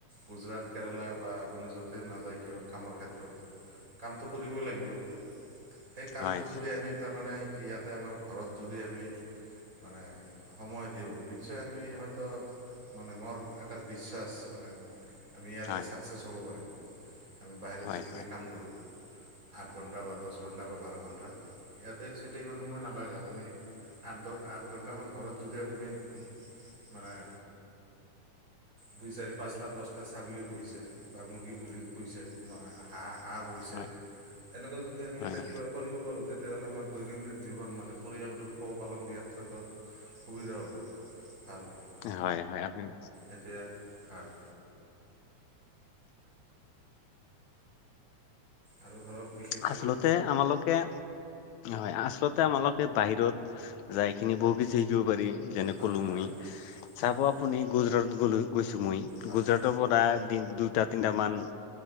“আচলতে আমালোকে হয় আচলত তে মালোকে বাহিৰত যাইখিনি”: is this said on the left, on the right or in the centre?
Left